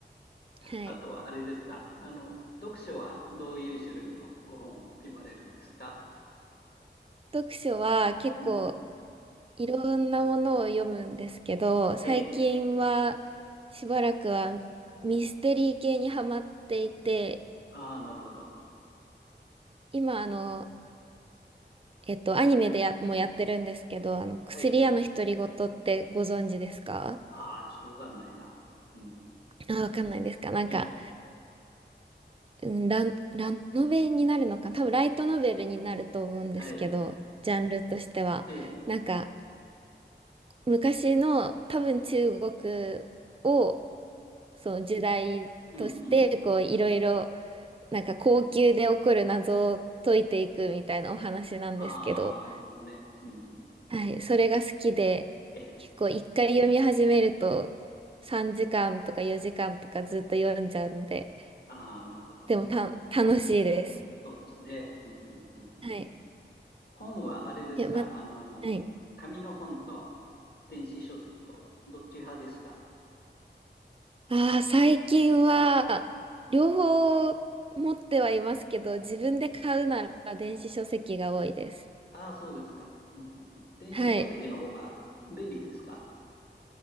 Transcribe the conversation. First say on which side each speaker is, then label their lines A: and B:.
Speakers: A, on the right; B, on the left.
A: はい。
B: あとはあれですか、あの、読書はどういう種類のご本を読まれるんですか
A: 読書は結構
B: うん。
A: いろんなものを読むんですけど、最近は
B: ええ。
A: しばらくはミステリー系にハマっていて、
B: ああ、なるほど。
A: 今あの、えっと、アニメでや、もやってるんですけど、あの、薬屋の独り言ってご存知ですか
B: はい。ああ、ちょっとわかんないな。うん。
A: あ、わかんないですかなんか、
B: ええ。
A: うん、ラン、ラノベになるのか、多分ライトノベルになると思うんですけど、
B: はい。
A: ジャンルとしては。
B: ええ。
A: なんか、昔の多分中国を、その時代として、
B: うんうん。
A: こう、いろいろなんか後宮で起こる謎を解いていくみたいなお話なんですけど、
B: ああ、なるほどね。うんうんうん。
A: はい、それが好きで、
B: ええ。
A: 結構一回読み始めると3時間とか4時間とかずっと読んじゃうので、
B: ああ、なるほど。
A: でもた、
B: うん。
A: 楽しいです。
B: そうですね。うんうんうんうん。
A: はい。
B: 本はあれですかあの、
A: いや、ま、はい。
B: 紙の本と電子書籍とどっち派ですか
A: ああ、最近は、両方持ってはいますけど、自分で買うなら電子書籍が多いです。
B: ああ、そうですか、うんうんうん。電子書籍の方が便利ですか
A: はい。